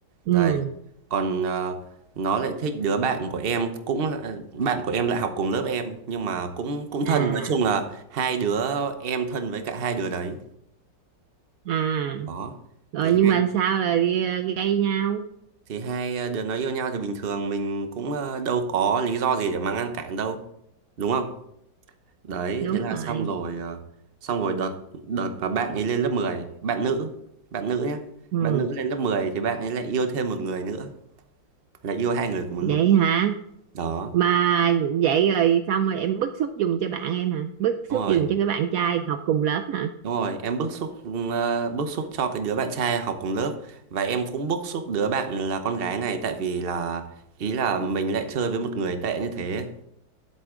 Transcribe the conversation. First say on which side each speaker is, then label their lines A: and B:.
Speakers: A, on the right; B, on the right.
A: ừ,
B: Đấy, còn ờ, nó lại thích đứa bạn của em cũng là- bạn của em lại học cùng lớp em nhưng mà cũng cũng thân,
A: à,
B: nói chung là hai đứa em thân với cả hai đứa đấy.
A: à.
B: Đó.
A: rồi
B: Thì hai
A: nhưng mà sao là gây nhau
B: thì hai đứa nó yêu nhau thì bình thường mình cũng ờ, đâu có lý do gì để mà ngăn cản đâu, đúng không? Đấy,
A: đúng
B: thế là
A: rồi
B: xong rồi ờ, xong rồi đợt đợt mà bạn ấy lên lớp mười bạn nữ, bạn nữ nhé.
A: ừ.
B: Bạn nữ lên lớp 10 thì bạn ấy lại yêu thêm một người nữa, là yêu hai người cùng một
A: vậy
B: lúc.
A: hả
B: Đó,
A: mà vậy rồi xong rồi em bức xúc dùng cho bạn em hả bức xúc
B: đúng rồi.
A: dùng cho cái bạn trai học cùng lớp hả
B: Đúng rồi, em bức xúc ừ, ờ, bức xúc cho cái đứa bạn trai học cùng lớp và em cũng bức xúc đứa bạn là con gái này tại vì là ý là mình lại chơi với một người tệ như thế.